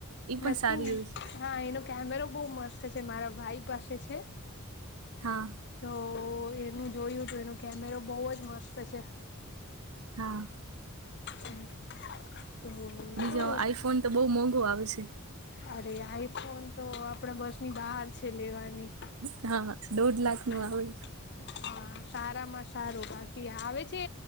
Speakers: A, on the right; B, on the left.
A: એ પણ
B: નથીંગ
A: સારી એવી છે.
B: હા એનો કેમેરો બહુ મસ્ત છે મારા ભાઈ પાસે છે.
A: હા,
B: તો એનું જોયું તો એનું કેમેરો બહુ જ મસ્ત છે.
A: હા,
B: હમ, <inaudible> હ <inaudible> તો
A: બીજો
B: ઓ
A: આઈફોન તો બહુ મોંઘો આવે છે.
B: અરે આઈફોન તો આપણા બસ, વાર છે લેવાની,
A: હા,, દોઢ લાખ
B: હમ
A: નું આવે.
B: હ સારામાં, સારું બાકી આવે છે